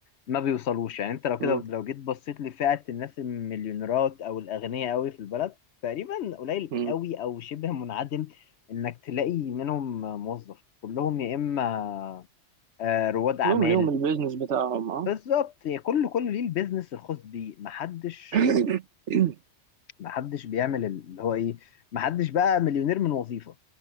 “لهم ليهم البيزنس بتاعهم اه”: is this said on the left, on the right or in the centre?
Right